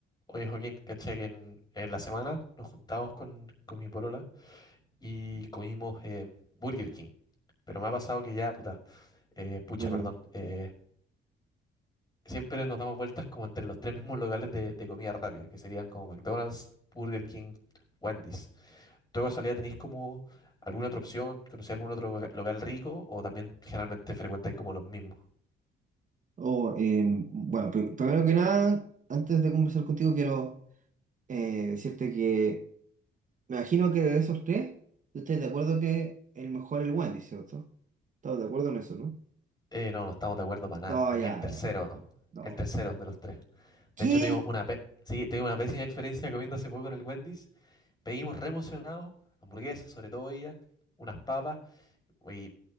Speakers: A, on the left; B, on the right.
A: Oye, Joaquín, caché que en, en la semana nos juntamos con, con mi polola y comimos eh, Burger King. Pero me ha pasado que ya, puta, eh, pucha,
B: Pero,
A: perdón, eh, siempre nos damos vueltas como entre los tres mismos locales de, de comida rápida, que serían como McDonald's, Burger King, Wendy's. ¿Tú de casualidad tenéis como alguna otra opción? ¿Conocéis algún otro loca- local rico? ¿O también generalmente frecuentáis como los mismos?
B: oh, eh, bueno, pri- primero que nada, antes de conversar contigo, quiero eh, decirte que me imagino que de esos tres, tú estás de acuerdo que el mejor es el Wendy, ¿cierto? Estamos de acuerdo en eso, ¿no?
A: Eh, no, no estamos de acuerdo para
B: No,
A: nada. Para
B: ya,
A: mí el tercero,
B: no, no, no.
A: el tercero de los tres.
B: ¿Qué?
A: De hecho, tuvimos una, pe- sí, tuvimos una pésima experiencia comiendo hace poco en el Wendy's. Pedimos re emocionados, hamburguesas, sobre todo ellas, unas papas. Y